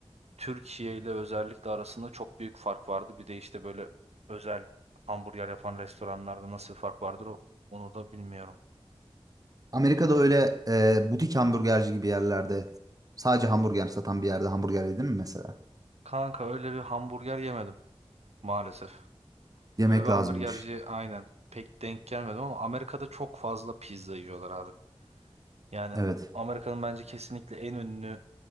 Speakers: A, on the right; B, on the right.
A: Türkiye ile özellikle arasında çok büyük fark vardı. Bir de işte böyle özel hamburger yapan restoranlarda nasıl fark vardır o, onu da bilmiyorum.
B: Amerika'da öyle e, butik hamburgerci gibi yerlerde sadece hamburger satan bir yerde hamburger yedin mi mesela?
A: Kanka öyle bir hamburger yemedim maalesef.
B: Yemek
A: Öyle bir hamburgerci
B: lazımmış.
A: aynen pek denk gelmedim ama Amerika'da çok fazla pizza yiyorlar abi. Yani
B: Evet.
A: Amerika'nın bence kesinlikle en ünlü